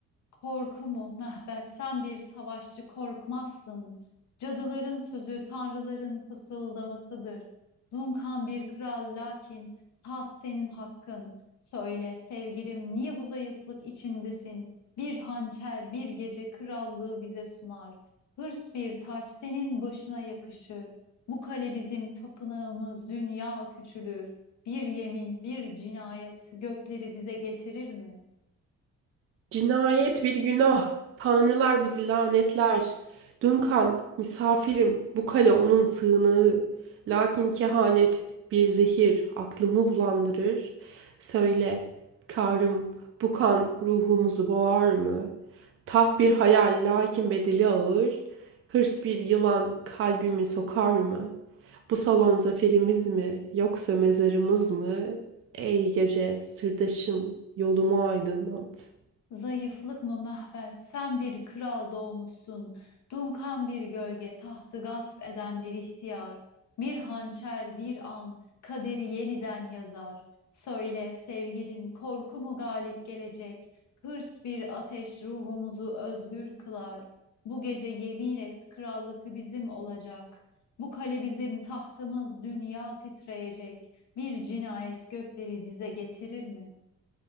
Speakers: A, on the left; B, on the right.
A: Korku mu Mehmet sen bir savaşçı korkmazsın. Cadıların sözü tanrıların fısıldamasıdır. Dunkan bir kral lakin taht senin hakkın. Söyle sevgilim niye bu zayıflık içindesin? Bir hançer bir gece krallığı bize sunar. Hırs bir taç senin başına yakışır. Bu kale bizim tapınağımız dünya küçülür. Bir yemin bir cinayet gökleri dize getirir mi?
B: Cinayet bir günah. Tanrılar bizi lanetler. Duncan, misafirim, bu kale onun sığınağı. Lakin kehanet bir zehir aklımı bulandırır. Söyle, karım, bu kan ruhumuzu boğar mı? Taht bir hayal, lakin bedeli ağır. Hırs bir yılan kalbimi sokar mı? Bu salon zaferimiz mi, yoksa mezarımız mı? Ey gece, sırdaşım, yolumu aydınlat.
A: Zayıflık mı Mehmet? Sen bir kral doğmuşsun. Dunkan bir gölge, tahtı gasp eden bir ihtiyar. Bir hançer, bir an, kaderi yeniden yazar. Söyle sevgilim, korku mu galip gelecek? Hırs bir ateş ruhumuzu özgür kılar. Bu gece yemin et, krallık bizim olacak. Bu kale bizim tahtımız, dünya titreyecek. Bir cinayet gökleri dize getirir mi?